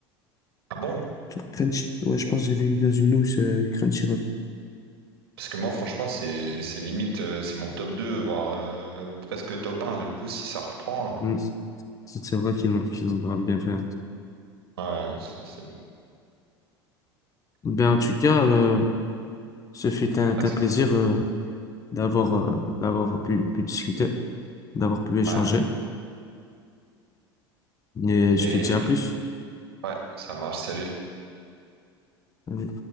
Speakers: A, on the right (about 65°); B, on the left (about 25°).
A: Ah bon?
B: Sur Crunch... Ouais, je pense que j'ai vu dans une news euh, Crunchyroll.
A: Parce que moi, franchement, c'est c'est limite, euh, c'est mon top deux voire euh, presque top un Du coup, si ça reprend... euh,
B: Mm. C'est vrai qu'ils l'ont qu'ils l'ont grave bien fait.
A: Ouais, c'est... c'est- ouais,
B: Ben, en tout cas, euh, ce fut un, un
A: c'est
B: plaisir
A: cool.
B: euh, d'avoir euh, d'avoir pu, pu discuter, d'avoir pu échanger.
A: Ouais.
B: Et
A: Et
B: je te dis à plus.
A: ouais, ça marche. Salut.
B: Allez.